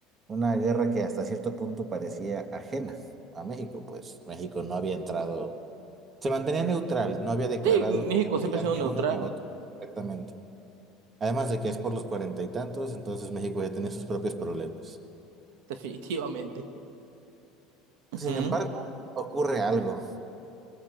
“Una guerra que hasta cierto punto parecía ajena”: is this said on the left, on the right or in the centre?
Right